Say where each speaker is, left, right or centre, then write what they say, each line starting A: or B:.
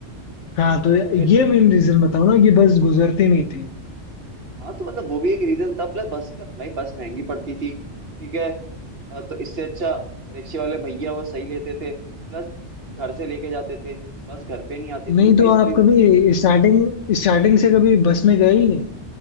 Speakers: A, on the left; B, on the right.
A: हाँ तो
B: तो उसके लिए
A: ये मेन रीजन बताओ ना कि बस गुजरती नहीं थी
B: हाँ तो मतलब वो भी एक रीजन था प्लस बस का भाई बस महंगी पड़ती थी ठीक है अ, तो इससे अच्छा रिक्शे वाले भैया वो सही लेते थे प्लस घर से लेके जाते थे बस घर पे नहीं आती थी
A: नहीं
B: तो कई
A: तो
B: सारे
A: आप
B: रीजन
A: कभी
B: की वजह से
A: स्टार्टिंग स्टार्टिंग से कभी बस में गए ही नहीं